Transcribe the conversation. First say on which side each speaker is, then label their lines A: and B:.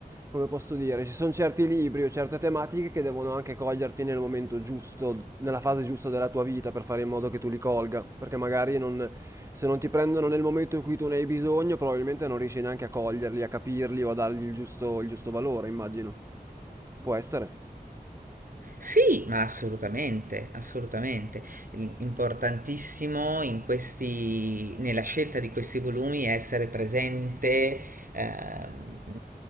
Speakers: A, on the right (about 20°); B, on the right (about 60°).
A: come posso dire, ci sono certi libri o certe tematiche che devono anche coglierti nel momento giusto, nella fase giusta della tua vita per fare in modo che tu li colga, perché magari non- se non ti prendono nel momento in cui tu ne hai bisogno, probabilmente non riesci neanche a coglierli, a capirli o a dargli il giusto, il giusto valore, immagino. Può essere.
B: Sì, ma assolutamente, assolutamente. Il- Importantissimo in questi, nella scelta di questi volumi è essere presente, ehm,